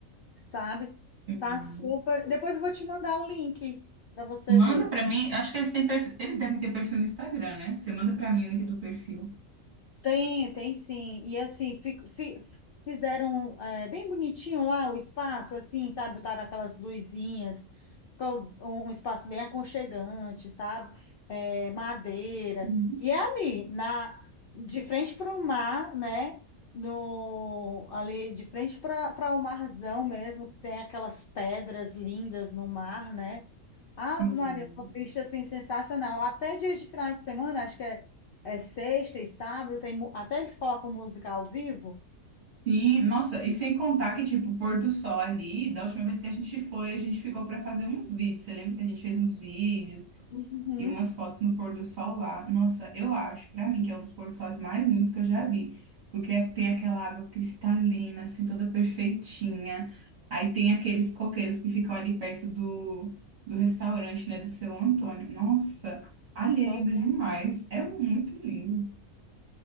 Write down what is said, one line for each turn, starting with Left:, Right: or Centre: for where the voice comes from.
Left: sabe?
Right: hum.
Left: Tá super. Depois eu vou te mandar o link para você
Right: Manda
Left: ver.
Right: pra mim. Acho que eles têm perfil, eles devem ter perfil no Instagram, né? Você manda pra mim o link do perfil.
Left: Tem, tem sim. E assim, fi- fi- fizeram é, bem bonitinho lá o espaço, assim, sabe? Botaram aquelas luzinhas, ficou um, um espaço bem aconchegante, sabe? É, madeira.
Right: Uhum.
Left: E é ali, na, de frente para o mar, né? No, ali de frente para o marzão mesmo, tem aquelas pedras lindas no mar, né? Ave
Right: Sim.
Left: Maria, uma vista assim, sensacional. Até dia de final de semana, acho que é. É sexta e sábado, tem, mu- até eles colocam música ao vivo.
Right: Sim, nossa, e sem contar que, tipo, o pôr do sol ali, da última vez que a gente foi, a gente ficou pra fazer uns vídeos. Você lembra que a gente fez uns vídeos?
Left: Uhum.
Right: e umas fotos no pôr do sol lá. Nossa, eu acho, pra mim, que é um dos pôr do sóis mais lindos que eu já vi. Porque é, tem aquela água cristalina, assim, toda perfeitinha. Aí tem aqueles coqueiros que ficam ali perto do, do restaurante, né, do seu Antônio. Nossa, ali é
Left: Não?
Right: lindo demais. É muito lindo.